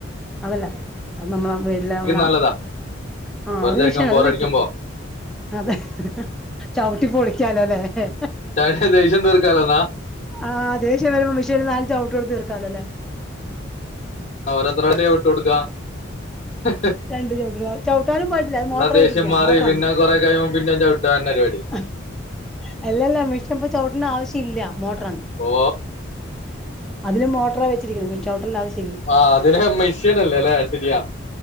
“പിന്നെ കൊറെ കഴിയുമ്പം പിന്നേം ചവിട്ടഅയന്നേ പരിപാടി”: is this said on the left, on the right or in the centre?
Left